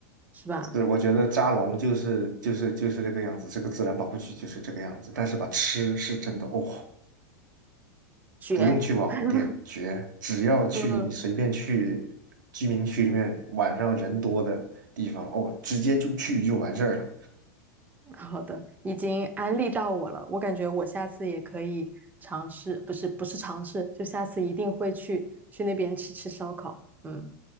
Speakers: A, on the right (about 15°); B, on the right (about 75°).
A: 是吧？
B: 对，我觉得扎龙就是就是就是这个样子，这个自然保护区就是这个样子。但是吧，吃是真的哦，
A: 绝。
B: 不用去网红店，
A: <laughs>
B: 绝！只要去你随便去居民区里面晚上人多的地方，
A: 嗯。
B: 哦，直接就去就完事儿了。
A: 好的，已经安利到我了，我感觉我下次也可以尝试，不是不是尝试，就下次一定会去去那边吃吃烧烤。嗯，